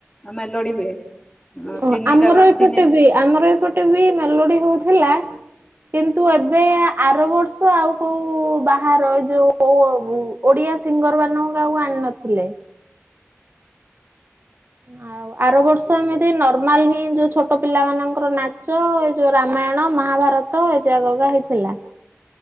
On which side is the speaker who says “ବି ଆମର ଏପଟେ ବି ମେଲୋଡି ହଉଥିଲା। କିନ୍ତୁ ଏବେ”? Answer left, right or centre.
Right